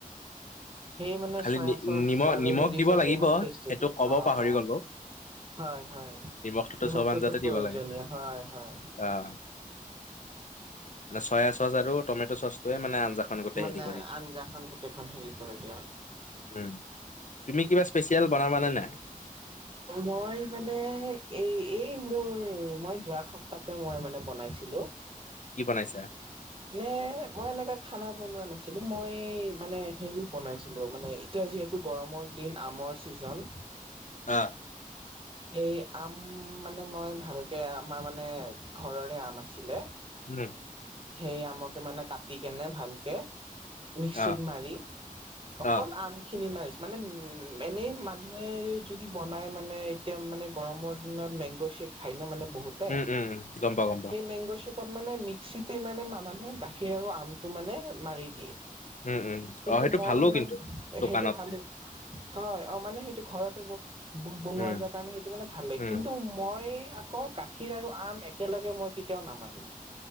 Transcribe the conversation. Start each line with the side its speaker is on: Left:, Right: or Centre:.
Right: সেই মানে
Left: খালি
Right: চয়া
Left: নি
Right: চচ
Left: নিমখ
Right: আৰু
Left: নিমখ
Right: হেৰি
Left: দিব
Right: চচে
Left: লাগিব
Right: মানে টেষ্টটো
Left: সেইটো
Right: দিয়ে,
Left: ক'ব
Right: অঁ
Left: পাহৰি
Right: অঁ।
Left: গ'লো
Right: হয় হয় এই
Left: নিমখটোতো চব
Right: বস্তুটো
Left: আঞ্জাতে
Right: প্ৰয়োজনীয়
Left: দিব লাগে
Right: হয় হয়।
Left: আহ <inaudible> মানে চয়া চচ আৰু টমেট' চচ তে মানে আঞ্জাখন গোটেই
Right: মানে
Left: হেৰি কৰি দিয়ে,
Right: আঞ্জাখন গোটেইখন হেৰি কৰি দিয়ে
Left: উম। তুমি কিবা স্পেচিয়েল বনাবা নে নাই?
Right: মই মানে এই এই মোৰ মই যোৱা সপ্তাহতে মই মানে বনাইছোঁ। হেল্ল।
Left: কি বনাইছা?
Right: নে মই এনেকোৱা খানা বনোৱা নাছিলো মই মানে হেৰি বনাইছিলোঁ মানে এতিয়া যিহেতু গৰমৰ দিন আমৰ ছিজন
Left: আহ।
Right: এই আম মানে মই ভালকে আমাৰ মানে ঘৰৰে আম আছিলে।
Left: উম।
Right: সেই আমকে মানে কাটি কেনে ভালকে মিক্সিত
Left: অ
Right: মাৰি অকল
Left: অ
Right: আম খিনি মাৰিছে। মানে উম এনেই মানুহে যদি বনাই মানে এতিয়া মানে গৰমৰ দিনত মেংগ' শ্বেক খাই ন মানে বহুতে
Left: উম উম উম গম পাও গম পাও
Right: সেই মেংগ' শ্বেক ত মানে মিক্সিতে মানে মানুহে গাখীৰ আৰু আমটো মানে মাৰি দিয়ে।
Left: উম উম
Right: কিন্তু
Left: অ সেইটো
Right: মই
Left: ভালো
Right: ইমান
Left: কিন্তু দোকানত
Right: সেইটো ভালো। হয় অ' মানে সেইটো ঘৰতে বো বনোৱা
Left: উম
Right: যায় কাৰণে সেইটো মানে ভালে,
Left: উম
Right: কিন্তু মই আকৌ গাখীৰ আৰু আম একেলগে মই কেতিয়াও নামাৰো।